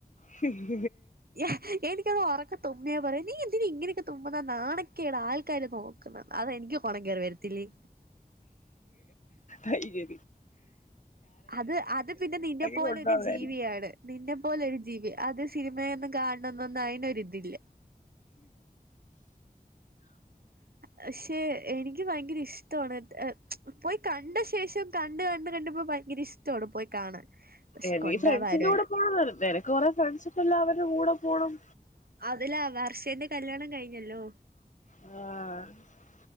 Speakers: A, on the left (about 50°); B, on the right (about 70°).
A: ഹും
B: യെഹ് എനിക്കതോറക്ക തുമ്മിയ പറയ് നീയെന്തിനാ ഇങ്ങനെയെക്ക തുമ്മുന്ന നാണക്കേടാൾക്കാര് നോ ചുമ്മാ അതാ എനിക്കു കൊണം കേറി വരത്തില്ലേ
A: അയ്ശരി
B: അത് അത് പിന്നെ നിന്നെ പോലൊരു
A: കൊണ്ടുപോകാമായിരുന്നു
B: ജീവിയാണ്, നിന്നെ പോലൊരു ജീവി, അത് സിനിമയൊന്നും കാണുന്ന ന്നയിനൊരിതില്ല. പക്ഷേ എനിക്ക് ഭയങ്കര ഇഷ് <unintelligible> പോയി കണ്ട ശേഷം കണ്ട് കണ്ട് കണ്ട്പ്പോ ഭയങ്കര ഇഷ്ടമാണ് പോയ് കാണാൻ പക്ഷെ
A: ഏ
B: കൊണ്ടോവാൻ
A: നീ ഫ്രണ്ട്സിന്റെ
B: ആരുല്ല
A: കൂടെ പോണെ നേരെ കൊറേ ഫ്രണ്ട്സൊക്കെല്ലവര്ടെ കൂടെ പോണം
B: തല്ലാ വർഷേന്റെ കല്യാണം കയ്ഞ്ഞല്ലോ
A: ആഹ്